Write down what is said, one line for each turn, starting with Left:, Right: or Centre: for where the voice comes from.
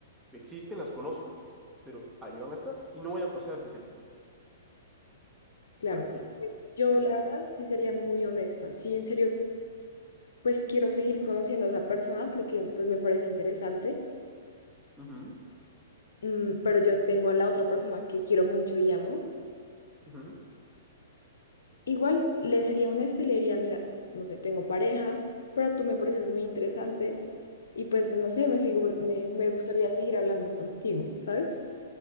Centre: Existen, las conozco, pero ahí van a estar y no voy a pasar de ese límite.
Left: claro,
Centre: Creo que
Left: pues yo
Centre: sí, sí.
Left: la verdad sí sería muy honesta. Sí, en serio, pues quiero seguir conociendo a esa persona porque pues me parece interesante,
Centre: Ujú,
Left: mm, pero yo tengo a la otra persona que quiero mucho y amo.
Centre: ujú.
Left: Igual le sería honesta y le diría, mira, no sé, tengo pareja, pero tú me pareces muy interesante y pues no sé, me sigo, me, me gustaría seguir hablando contigo, ¿sabes?